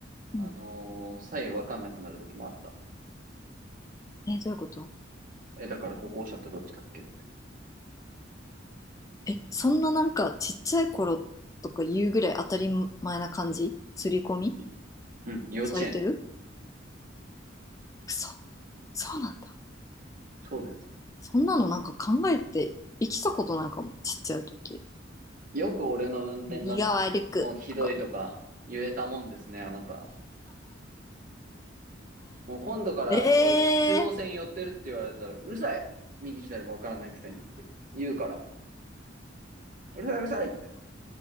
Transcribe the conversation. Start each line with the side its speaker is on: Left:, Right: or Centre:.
Left: うん。
Right: あのー左右わかんなくなる時もあった。
Left: え、どういうこと
Right: え、だから歩行者ってどっちだっけって。
Left: え、そんななんかちっちゃい頃とか言うぐらい当たり前な感じ刷り込み
Right: いうん、幼稚園。
Left: されてる嘘。そうなんだ。
Right: そうです。
Left: そんなのなんか考えて生きたことないかも、ちっちゃい時。
Right: よく俺の運転が、
Left: 右側歩くとか。
Right: もうひどいとか、言えたもんですね、あなた。もう今度から俺、
Left: ええ
Right: 中央線寄ってるって言われたら、うるさい。右左もわからないくせにって言うから、うるさいうるさいって。